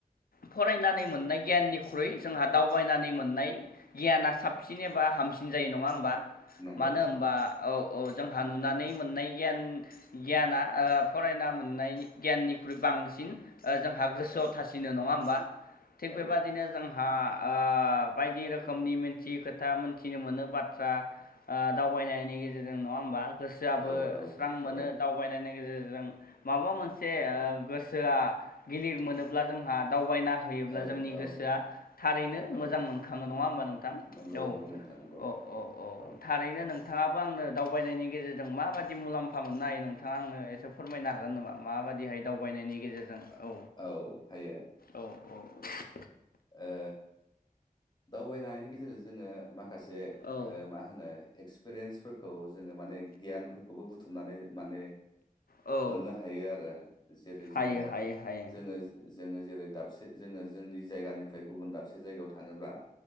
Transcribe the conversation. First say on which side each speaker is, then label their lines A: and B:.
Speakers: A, on the left; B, on the left.
A: फरायनानै मोननाय गियाननिख्रुइ जोंहा दावबायनानै मोननाय गियाना साबसिन एबा हामसिन जायो नङा होमबा।
B: नंगौ
A: मानो
B: नंगौ
A: होमबा औ। अ जोंहा नुनानै मोननाय गियान गियाना ओ फरायना मोननाय गियाननिख्रुइ बां बांसिन जोंहा गोसोयाव
B: औ
A: थासिनो नङा होमबा। थिग
B: औ
A: बेबादिनो जों हा ओ बायदि रोखोमनि मिथियि खोथा मोनथिनो मोनो बाथ्रा दाव बायनायनि गेजेरजों नङा होमबा। गोसोयाबो
B: औ
A: स्रां मोनो
B: औ
A: दावबायनायनि गेजेरजों माबा मोनसे ओ गोसो सोया गिलिर मोनोब्ला जोंहा दावबायना होयो अब्ला
B: औ
A: जोंनि
B: औ
A: गोसोआ थारैनो
B: औ
A: मोजां मोनखाङो नङा होमबा नोंथां
B: नंगौ
A: औ।
B: नंगौ नोंथां नंगौ
A: अ
B: औ
A: अ अ
B: औ
A: थारैनो नों नोंथाङाबो आंनो दावबायनायनि गेजेरजों माबायदि मुलाम्फा मोननो हायो नोंथाङा आंनो एसे फोरमायनो हागोन नामा। मा बायदि हाय दावबायनायनि गेजेरजों औ
B: औ हायो
A: औ औ
B: ओ दावबायनायनि गेजेरजों जोङो माखा माखासे
A: औ
B: मा होनो एक्सपिरियेन्सफोरखौ जोङो माने गियानफोरखौबो बुथुमनानै माने
A: औ
B: मोननो हायो आरो जेरै
A: हायो
B: जोङो
A: हायो हायो
B: जोङो जों जोङो जेरै दाबसे जोङो जोंनि जायगानिफ्राय गुबुन दाबसे जायगायाव थाङोब्ला